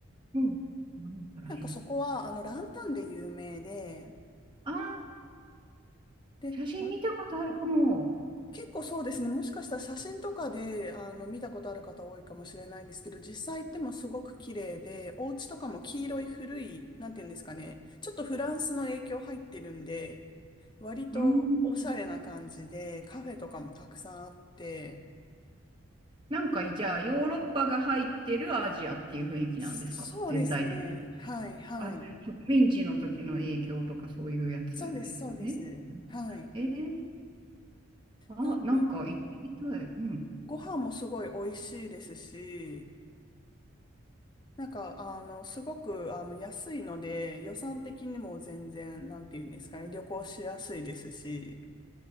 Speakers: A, on the right; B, on the left.
A: ん。うん。ら辺に。
B: なんかそこは、あの、ランタンで有名で、
A: ああ、
B: で、
A: 写真見たことあるかも。
B: ま結構そうですね。もしかしたら写真とかで、あの、見たことある方多いかもしれないんですけど、実際行ってもすごく綺麗で、お家とかも黄色い古い、なんていうんですかね。ちょっとフランスの影響入ってるんで、割とおしゃれな感じで、
A: うん。
B: カフェとかもたくさんあって、
A: なんか、じゃあ、ヨーロッパが入ってるアジアっていう雰囲気なんですか全体的に。
B: そうですね。はい、はい。
A: あ、そういう植民地の時の影響とかそういうやつですよね。
B: そうです、そうです。はい。
A: えー、あ、
B: なんで、
A: なんか行ってみたい。うん。
B: ご飯もすごい美味しいですし、なんか、あの、すごく、あの、安いので、予算的にも全然、なんていうんですかね、旅行しやすいですし、